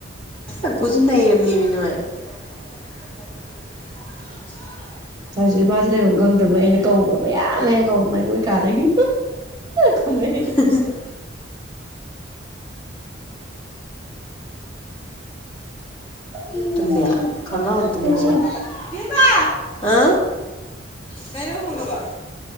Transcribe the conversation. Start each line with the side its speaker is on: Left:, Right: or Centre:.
Left: ꯑꯒꯣꯖꯦ ꯅꯩꯔꯝꯅꯦꯃꯦ ꯅꯣꯏ <unintelligible>
Right: ꯉꯁꯥꯏꯁꯨ ꯃꯥꯥꯁꯦ ꯂꯩꯐꯝ ꯈꯪꯗꯕ ꯑꯩꯅ ꯀꯧꯕ ꯃꯌꯥꯝ ꯃꯌꯥꯝ ꯀꯧꯕ ꯃꯒꯣꯏ ꯀꯥꯗꯒꯤ ꯈꯨꯝꯃꯛꯏ
Left: <unintelligible>
Right: ꯎꯝ
Left: ꯇꯨꯝꯕꯤ ꯈꯣꯡꯒ꯭ꯔꯥꯎ ꯑꯃꯝꯇ ꯂꯩꯖꯦ ꯏꯕꯦꯝꯃ ꯍꯥ ꯀꯩꯅꯣ ꯅꯪ ꯐꯣꯟ ꯇꯧꯕꯔꯥ